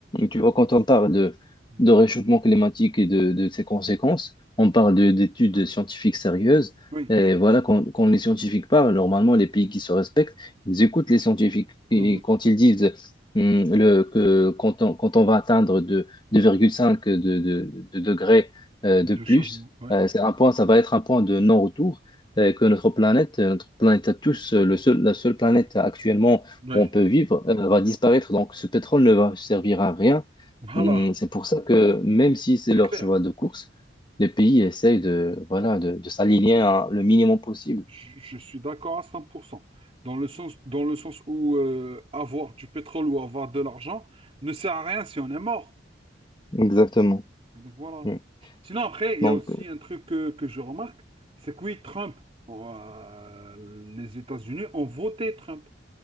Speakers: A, on the left; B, on the right.
A: tu vois, quand on parle de,
B: Mm.
A: de réchauffement climatique et de, de ses conséquences, on parle de- d'études scientifiques sérieuses.
B: Oui.
A: Et voilà, quand, quand les scientifiques parlent, normalement, les pays qui se respectent, ils écoutent les scientifiques. Et
B: Mhm.
A: quand ils disent hum, le, que quand on, quand on va atteindre de, 2,5 de, de, de degrés euh,
B: De
A: de plus,
B: changement, ouais.
A: euh, c'est un point, ça va être un point de non-retour, euh, que notre planète, euh, notre planète à tous, euh, le seul, la seule planète actuellement
B: Ouais.
A: où on peut vivre, euh, va disparaître. Donc, ce pétrole ne va servir à rien.
B: Voilà,
A: Hum, C'est pour ça que même si c'est
B: c'est
A: leur
B: clair.
A: cheval de course, les pays essayent de, voilà, de, de s'aligner à le minimum possible.
B: Je, je suis d'accord à 100%. Dans le sens, dans le sens où euh, avoir du pétrole ou avoir de l'argent ne sert à rien si on est mort.
A: Exactement.
B: Donc voilà.
A: Mm.
B: Sinon, après, il
A: Donc,
B: y a aussi un truc que, que je remarque, c'est que oui, Trump, euh, les États-Unis ont voté Trump.